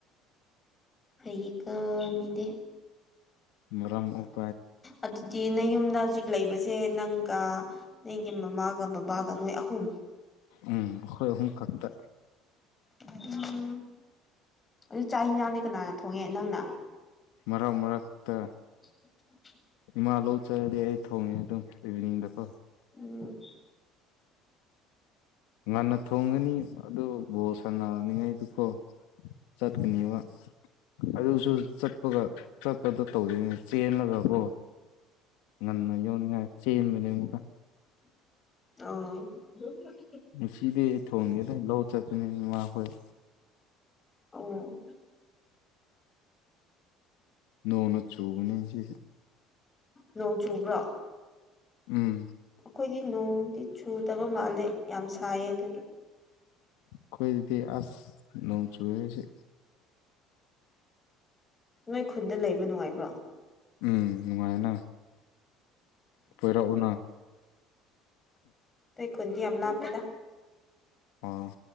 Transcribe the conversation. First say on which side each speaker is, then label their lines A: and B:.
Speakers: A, on the left; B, on the left.
A: ꯑꯩꯩ ꯀ ꯃꯤꯗꯦ
B: ꯃꯔꯝ ꯑꯣꯏ
A: ꯑꯗꯨ ꯅꯪ ꯌꯨꯝꯗ ꯍꯧꯖꯤꯛ ꯂꯩꯕꯁꯦ ꯅꯪꯒ ꯅꯪꯒꯤ ꯃꯃꯥꯒ ꯕꯕꯥꯒ ꯅꯣꯏ ꯑꯍꯨꯝ
B: ꯎꯝ ꯑꯩꯈꯣꯏ ꯑꯍꯨꯝ ꯈꯛꯇ
A: ꯎꯝ ꯑꯗꯨ ꯆꯥꯛ ꯍꯤꯟꯖꯥꯡꯗꯤ ꯀꯅꯥꯅ ꯊꯣꯡꯉꯦ ꯅꯪꯅ
B: ꯃꯔꯛ ꯃꯔꯛꯇ
A: <unintelligible>
B: ꯏꯃꯥ ꯂꯧ ꯆꯔꯗꯤ ꯑꯩ ꯊꯣꯡꯉꯦ ꯑꯗꯨꯝ ꯏꯚꯅꯤꯡꯗꯀꯣ
A: ꯎꯝ
B: ꯉꯟꯅ ꯊꯣꯡꯒꯅꯤ ꯑꯗꯨ ꯕꯣꯁ ꯁꯥꯟꯅꯅꯤꯉꯥꯏꯗꯨꯀꯣ ꯆꯠꯀꯅꯤꯕ ꯑꯗꯨꯁꯨ ꯆꯠꯄꯒ ꯆꯠꯄꯗ ꯇꯧꯗꯅꯦ ꯆꯦꯜꯂꯒꯀꯣ ꯉꯟꯅ ꯌꯧꯅꯤꯡꯉꯥꯏ ꯆꯦꯟꯕꯅꯦ ꯑꯃꯨꯛꯀ
A: ꯑ
B: ꯁꯤꯗꯤꯩ ꯊꯣꯡꯅꯤꯦꯗ ꯂꯧ ꯆꯠꯄꯅꯦ ꯃꯥꯈꯣꯏ
A: ꯑꯣ
B: ꯅꯣꯡꯅ ꯆꯨꯕꯅꯤ ꯁꯤ
A: ꯅꯣꯡ ꯆꯨꯕ꯭ꯔ
B: ꯎꯝ
A: ꯑꯩꯈꯣꯏꯗꯤ ꯅꯣꯡꯗꯤ ꯆꯨꯗꯕ ꯃꯥꯜꯂꯦ ꯌꯥꯝ ꯁꯥꯏꯌꯦ ꯑꯗꯨꯒꯤ
B: ꯀꯣꯏ ꯔꯗꯤ ꯑꯁ ꯅ ꯆꯨꯋꯁ
A: ꯅꯣꯏ ꯈꯨꯟꯗ ꯂꯩꯕ ꯅꯨꯡꯉꯥꯏꯕ꯭ꯔꯣ
B: ꯎꯝ ꯅꯨꯡꯉꯥꯏꯅ ꯀꯣꯏꯔꯛꯎꯅ
A: ꯈꯨꯗꯤ ꯌꯥꯝꯂꯄꯦꯗ
B: ꯑꯣ